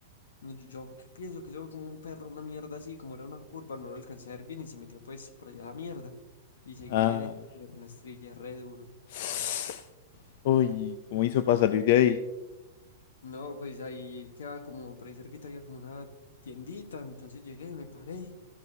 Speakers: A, on the left; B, on the left.
A: No, Yo yo que pienso que eso fue como un perro, una mierda así, como era una curva, no lo alcancé a ver bien y se metió pues por allá a la mierda. Y seguí
B: Ah.
A: derecho, piernas, trillé re duro.
B: <sighs> Uy, ¿cómo hizo para salir de ahí?
A: No, pues ahí queda como, por ahí cerquita había como una tiendita, entonces llegué, me paré,